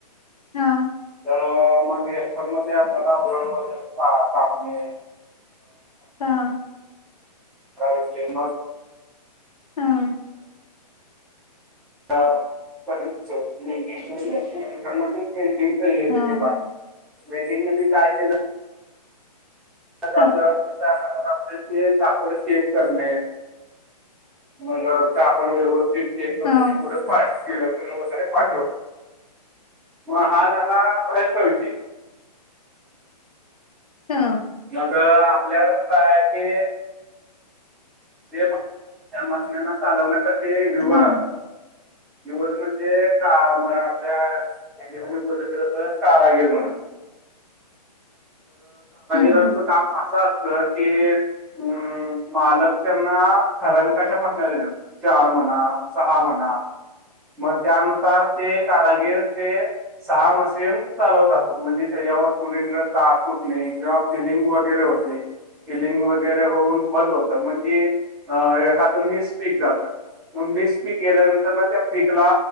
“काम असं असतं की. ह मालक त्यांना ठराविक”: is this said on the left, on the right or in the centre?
Centre